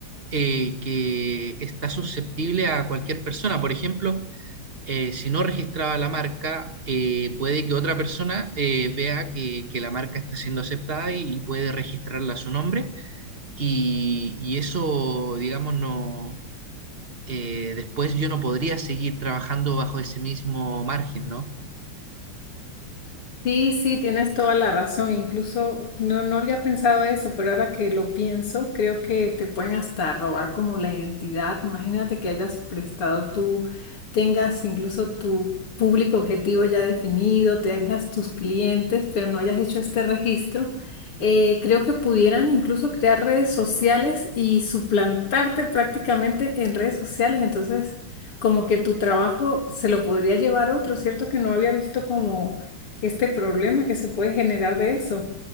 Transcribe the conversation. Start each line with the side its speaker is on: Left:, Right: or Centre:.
Right: eh, que está susceptible a cualquier persona. Por ejemplo, eh, si no registraba la marca, eh, puede que otra persona eh, vea que, que la marca está siendo aceptada y, y puede registrarla a su nombre. Y, y eso, digamos, no, eh, después yo no podría seguir trabajando bajo ese mismo margen, ¿no?
Left: Sí, sí, tienes toda la razón. Incluso no, no había pensado eso, pero ahora que lo pienso, creo que te pueden hasta robar como la identidad. Imagínate que hayas prestado tú, tengas incluso tu público objetivo ya definido, tengas tus clientes, pero no hayas hecho este registro. Eh, creo que pudieran incluso crear redes sociales y suplantarte prácticamente en redes sociales. Entonces, como que tu trabajo se lo podría llevar otro, ¿cierto? Que no había visto como este problema que se puede generar de eso.